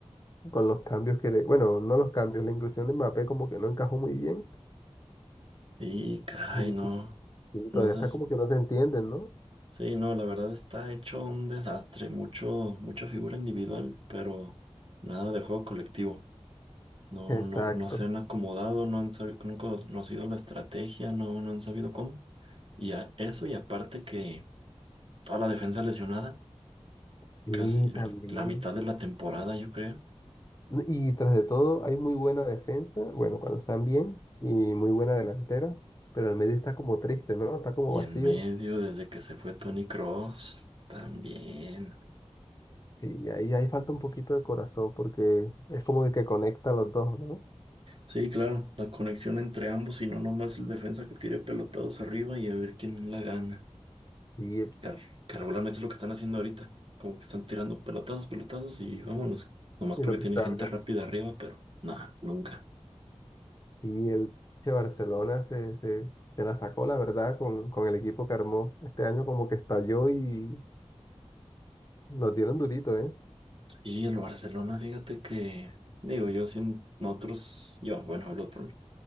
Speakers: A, on the left (about 30°); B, on the right (about 55°).
A: con los cambios que, le- bueno, no los cambios, la inclusión de Mbappé como que no encajó muy bien
B: Y caray,
A: y el equipo
B: no. No
A: todavía
B: sé.
A: está
B: s-
A: como que no se entienden, ¿no?
B: Sí, no, la verdad está hecho un desastre. Mucho, mucha figura individual, pero nada de juego colectivo. No,
A: Exacto.
B: no, no se han acomodado, no han sabido, no han conocido la estrategia, no, no han sabido cómo. Y a eso, y aparte que toda la defensa lesionada,
A: Sí,
B: casi el-
A: también.
B: la mitad de la temporada, yo creo.
A: N- Y tras de todo, hay muy buena defensa, bueno, cuando están bien, y muy buena delantera, pero el medio está como triste, ¿no? Está como
B: Y
A: vacío.
B: en medio, desde que se fue Tony Cross también.
A: Sí, ahí, ahí falta un poquito de corazón porque es como el que conecta a los dos, ¿no?
B: Sí, claro, la conexión entre ambos y no nomás el defensa que tire pelotados arriba y a ver quién la gana.
A: Sí,
B: Car- Que, regularmente es lo que están haciendo ahorita. Como que están tirando pelotazos, pelotazos y vámonos. Nomás
A: y
B: porque
A: lo que
B: tienen
A: salga.
B: gente rápida arriba, pero nada, nunca.
A: Y el che, Barcelona se, se, se la sacó, la verdad, con, con el equipo que armó. Este año como que estalló y nos dieron durito, ¿eh?
B: Y el Barcelona, fíjate que, digo, yo sin nosotros, yo, bueno, hablo por mí.